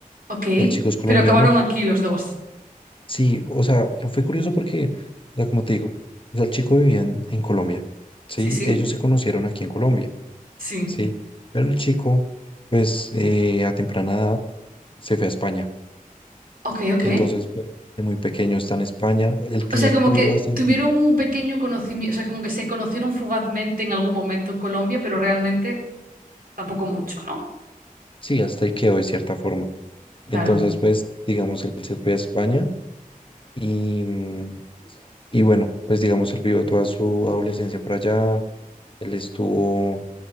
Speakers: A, on the right; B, on the left.
A: Ok.
B: El chico es colombiano,
A: Pero acabaron aquí los dos.
B: Sí, o sea, fu- fue curioso porque, o sea, como te digo, o sea, el chico vivía en, en Colombia, ¿sí?
A: Sí, sí.
B: Ellos se conocieron aquí en Colombia,
A: Sí.
B: ¿sí? Pero el chico, pues, eh, a temprana edad se fue a España.
A: Ok, ok.
B: Entonces, pues, desde muy pequeño está en España. Él tiene
A: O sea, como
B: puro
A: que
B: acento.
A: tuvieron un pequeño conocimiento, o sea, como que se conocieron fugazmente en algún momento en Colombia, pero realmente tampoco mucho, ¿no?
B: Sí, hasta ahí quedó de cierta forma. Entonces,
A: Claro.
B: pues, digamos, él se fue a España y, mm, y bueno, pues, digamos, él vivió toda su adolescencia por allá. Él estuvo